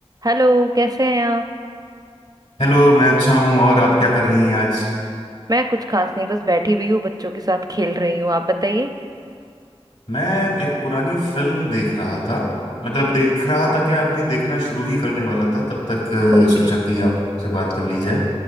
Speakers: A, on the right; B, on the left.
A: Hello कैसे हैं आप
B: हेलो मैं अच्छा हूँ और आप क्या कर रही हैं आज
A: मैं कुछ खास नहीं बस बैठी हुई हूँ बच्चों के साथ खेल रही हूँ आप बताइए
B: मैं एक पुरानी फिल्म देख रहा था मतलब देख रहा था क्या अभी देखना शुरू ही करने वाला था तब तक
A: <laughs> ओके
B: अ, सोचा कि आपसे बात कर ली जाए